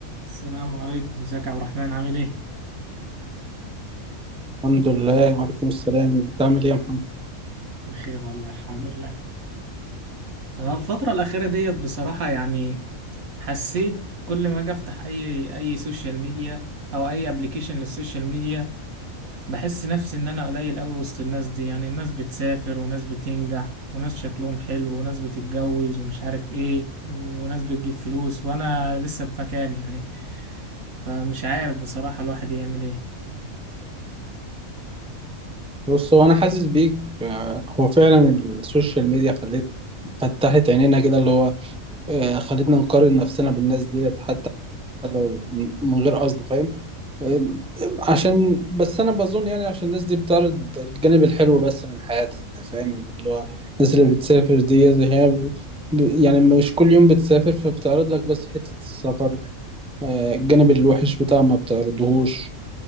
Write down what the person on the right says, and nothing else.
السلام عليكم ازيك يا عبد الرحمن عامل ايه؟
بخير والله الحمد لله انا الفترة الأخيرة ديت بصراحة يعني حسيت كل ما اجي افتح اي اي سوشيال ميديا او اي ابلكيشن للسوشيال ميديا بحس نفسي ان انا قليل قوي وسط الناس دي يعني الناس بتسافر وناس بتنجح وناس شكلهم حلو وناس بتتجوز ومش عارف ايه وناس بتجيب فلوس وانا لسه في مكاني يعني فمش عارف بصراحة الواحد يعمل ايه